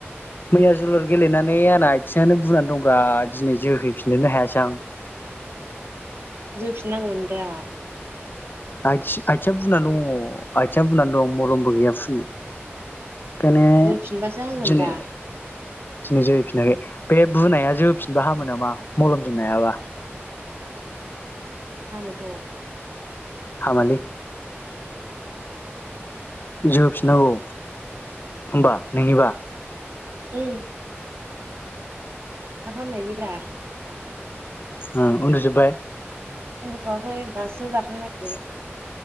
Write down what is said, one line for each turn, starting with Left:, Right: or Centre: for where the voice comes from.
Left: मैया जोलुर गेलेनानै आंना आथिंङानो बुनानै दंब्रा दिनै जोहैफिनोनो हायासै आं
Right: हो होफिननांगौमोन नोंथाङा
Left: आखि आथिंआ बुंना दंङ आथिं बुंनानै दं मलमबो गैयाफुननो खायनो
Right: जोफिनबासो हामगोन
Left: दिनै
Right: दा
Left: दिनै जोहैफिनाखै बे बुनाया जोफिनबा हामो नामा मलमजों नायाबा
Right: हामोथ
Left: हामालै जोफिननांगौ होनबा नोंनिबा
Right: उम थाफ हामनायनिब्रा
Left: ओ उनदुजोबबाय
Right: उन्दु थवाखै दासो जाख
Left: ए